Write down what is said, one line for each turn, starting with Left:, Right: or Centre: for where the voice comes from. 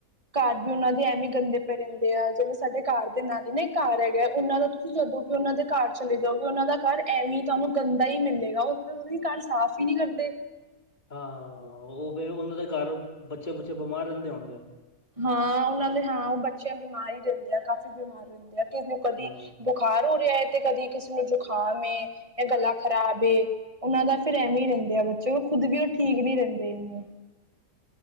Right: ਘਰ ਵੀ ਉਨਾਂ ਦੇ ਐਵੇਂ ਗੰਦੇ ਪਏ ਰੈਂਦੇ ਆ ਜਿਵੇਂ ਸਾਡੇ ਘਰ ਦੇ ਨਾਲ ਹੀ ਨਾ ਘਰ ਹੈਗਾ ਉਨਾਂ ਦਾ ਤੁਸੀਂ ਜਦੋਂ ਵੀ ਉਨਾਂ ਦੇ ਘਰ ਚਲੇ ਜਾਓਗੇ ਉਨਾਂ ਦਾ ਘਰ ਐਵੇਂ ਤੁਹਾਨੂੰ ਗੰਦਾ ਈ ਮਿਲੇਗਾ। ਮਤਲਬ ਉਦੀ ਘਰ ਸਾਫ਼ ਈ ਨਈ ਕਰਦੇ।
Left: ਹਾਂ ਓ ਫੇਰ ਉਨਾਂ ਦੇ ਘਰ ਬੱਚੇ ਬੁਚੇ ਬਿਮਾਰ ਰੈਂਦੇ ਹੋਣਗੇ।
Right: ਹਾਂ ਉਨਾਂ ਦੇ ਹਾਂ ਓ ਬੱਚਿਆਂ ਬਿਮਾਰ ਈ ਰੈਂਦੇ ਆ ਕਾਫੀ ਬਿਮਾਰ ਰੈਦੇ ਆ। ਕਿਸੇ ਨੂੰ ਕਦੀ
Left: ਹਾਂ
Right: ਬੁਖਾਰ ਹੋ ਰਿਆ ਏ ਤੇ ਕਦੀ ਕਿਸੇ ਨੂੰ ਜੁਕਾਮ ਇਹ ਗੱਲਾਂ ਖ਼ਰਾਬ ਏ ਉਨਾਂ ਦਾ ਫਿਰ ਐਵੇਂ ਹੀ ਰੈਦੇ ਆ ਬੱਚੇ ਖੁਦ ਵੀ ਓ ਠੀਕ ਨਈ ਰੈਂਦੇ ਇਨੇ